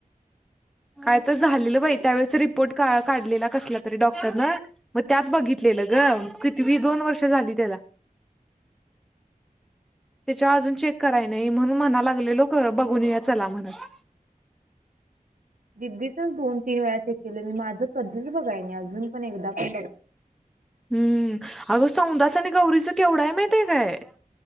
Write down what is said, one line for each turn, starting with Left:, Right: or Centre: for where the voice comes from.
Centre: काय तर झालेलं बाई त्यावेेळेस रिपोर्ट का काढलेला कसला तरी डॉक्टरनं. म त्यात बघितलेलं गं कितवी दोन वर्ष झाली त्याला. त्याच्या अजून चेक कराय नाही म्हणून म्हणाय पर लागलेलो बघून येऊया चला म्हणत.
Right: दीदीचा दोन-तीन वेळा चेक केले आणि माझं कधीच बघाय नाही अजून पण एकदा पण बघाय
Centre: हम्म अगं सौंदळाचा आणि गौरीचा केवढा आहे माहितीये काय?